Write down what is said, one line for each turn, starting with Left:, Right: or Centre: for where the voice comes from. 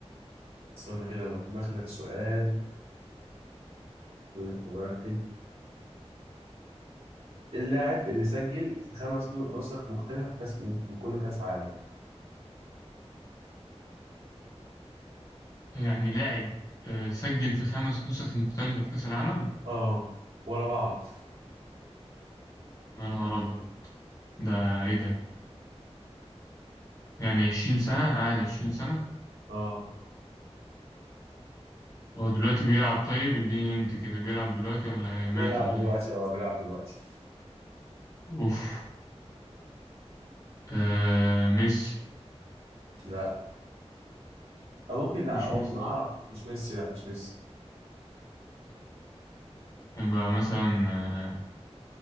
Right: استنى كده أنا مخلك سؤال أقول لك واحد إيه اللاعب اللي سجل في خمس نو- نسخ مختلفة في كأس من كل كأس عالم
Left: يعني لاعب آه، سجل في خمس نسخ مختلفة في كأس العالم
Right: اه ورا بعض
Left: يا نهار أبيض ده إيه ده يعني عشرين سنة قاعد عشرين سنة
Right: اه
Left: هو دلوقتي بيلعب طيب اديني هنت كده بيلعب دلوقتي ولا إيه؟ مات
Right: بيلعب
Left: ولا
Right: دلوقتي
Left: إيه
Right: اه بيلعب دلوقتي
Left: أوف آه ميسي
Right: لا أو ممكن لا
Left: مش
Right: هو
Left: ميسي
Right: آه مش ميسي لا مش ميسي
Left: يبقى مثلا آه